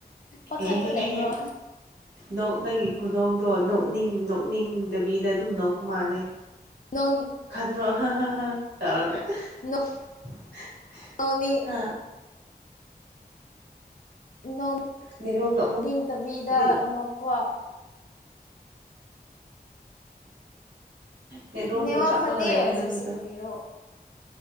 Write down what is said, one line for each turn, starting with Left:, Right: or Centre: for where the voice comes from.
Left: ꯄꯥꯈꯠꯄ
Right: ꯑꯦꯍꯦ
Left: ꯂꯩꯕ꯭ꯔꯣ
Right: ꯍꯦꯍ ꯅꯣꯛꯅꯒꯤ ꯈꯨꯗꯣꯛꯗꯣ ꯅꯣꯛꯅꯤꯡ ꯄꯨꯛꯅꯤꯡꯗꯕꯤꯗ ꯑꯗꯨꯝ ꯅꯣꯛ ꯃꯥꯟꯅꯩ
Left: ꯅꯣꯡ
Right: ꯔ꯭ꯔꯍ ꯍ ꯍꯥ ꯇꯔꯒ
Left: ꯅ
Right: <unintelligible>
Left: ꯑꯅꯤ
Right: ꯍꯥ
Left: ꯅꯤꯡ
Right: ꯅꯦꯠꯋꯥꯛꯇꯣ ꯑꯃꯨꯛ
Left: ꯅꯤꯡꯇꯕꯤꯗ
Right: ꯅꯦꯠ
Left: ꯅꯣꯛꯄ
Right: ꯅ ꯔꯣꯣ
Left: ꯅꯦꯋꯥꯛ
Right: ꯆꯞꯂꯒ
Left: ꯐꯠꯇꯦ
Right: ꯂꯩꯔꯦ
Left: ꯍꯧꯖꯤꯛꯁꯦ
Right: ꯅꯪꯒꯤꯗ
Left: ꯀꯔꯤꯔꯣ